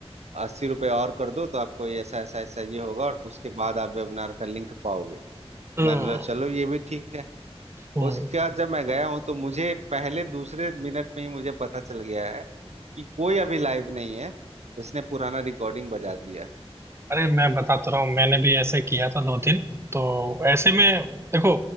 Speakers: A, on the right; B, on the right.
A: अस्सी रुपये और कर दो तो आपको ये ऐसा ऐसा ऐसा ये होगा और उसके बाद आप वेबिनार का लिंक पाओगे
B: हम्म
A: मैंने बोला चलो ये भी ठीक है
B: हम्म।
A: उसके बाद जब मैं गया हूँ तो मुझे पहले दूसरे मिनट में ही मुझे पता चल गया है कि कोई अभी लाइव नहीं है इसने पुराना रिकॉर्डिंग बजा दिया है
B: अरे मैं बताता रहा हूँ मैंने भी ऐसे किया था दो तीन तो ऐसे में देखो